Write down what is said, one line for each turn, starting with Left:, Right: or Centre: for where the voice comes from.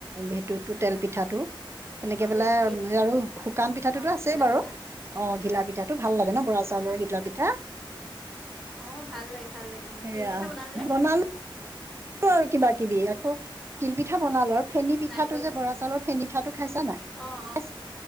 Right: এইতোটো তেল পিঠাটো এনেকে
Centre: অঁ
Right: পেলাই
Centre: ঢিলা ঘি
Right: আৰু শুকান পিঠাটোতো
Centre: অঁ
Right: আছেই
Centre: ঘিলা
Right: বাৰু।
Centre: পিঠা
Right: অ', ঘিলা পিঠাটো ভাল লাগে ন, বৰা চাউলৰ ঘিলা পিঠা।
Centre: অ', ভাল লাগে, ভাল লাগে, অ',
Right: সেয়া
Centre: তিলপিঠা বনালে নে?
Right: বনালো আৰু কিবা-কিবি আকৌ তিল পিঠা বনালোঁ‌ আৰু ফেনী পিঠাটো
Centre: নাৰিকল
Right: যে বৰা চাউলৰ ফেনী পীঠাটো খাইছা নাই?
Centre: অঁ অঁ